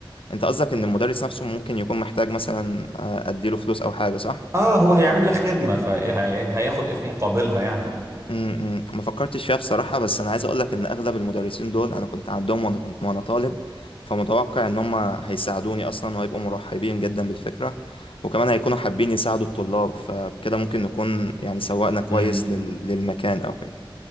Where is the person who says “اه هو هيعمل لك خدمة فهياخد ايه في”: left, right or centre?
Right